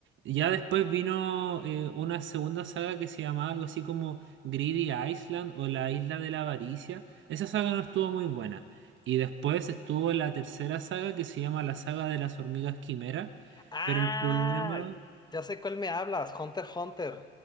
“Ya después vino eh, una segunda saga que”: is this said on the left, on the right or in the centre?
Right